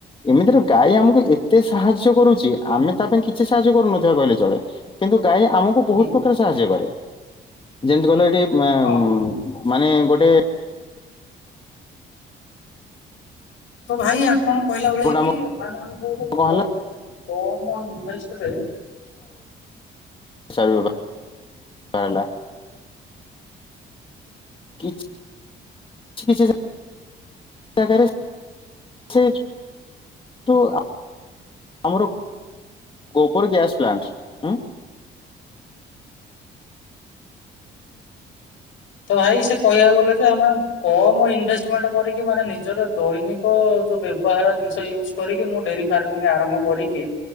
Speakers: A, on the left (about 25°); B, on the left (about 80°).
A: ଏମିତିରେ ଗାଈ ଆମକୁ ଏତେ ସାହାଯ୍ୟ କରୁଛି ଆମେ ତା ପାଇଁ କିଛି ସାହାଯ୍ୟ କରୁନଥିବା କହିଲେ ଚଳେ। କିନ୍ତୁ ଗାଈ ଆମୁକୁ ବହୁତ
B: ହୁଁ
A: ପ୍ରକାର ସାହାଯ୍ୟ କରେ। ଯେମିତି କଲେ ଏଠି ମାମ୍
B: ହଁ।
A: ମାନେ ଗୋଟେ
B: ତ ଭାଇ ଆପଣ କହିଲା
A: ଗୋବରଟା
B: ଭଳିଆ କି
A: ଆମ
B: ମାନେ ଆମକୁ ଗୋଟେ
A: କଣ ହେଲା
B: କ-କମ୍ ଇନଭେଷ୍ଟରେ
A: ସରିଗଲା ସଇଲା କିଛି କିଛି କିଛି ଯାଗାରେ <unintelligible> ଆମର ଗୋବର ଗ୍ୟାସ ପ୍ଲାଣ୍ଟ ଉଁ
B: ତ ଭାଇ ସେ କହିଆକୁ ଗଲେ ଯେ ଆମେ କମ ଇନଭେଷ୍ଟମେଣ୍ଟ କରିକି ମାନେ ନିଜର ଦୈନିକ ଯୋଉ ବ୍ୟବହାର ଜିନିଷ ୟୁଜ କରିକି ମୁଁ ଡେରି ଫାର୍ମିଂ ଆରମ୍ଭ କରିକି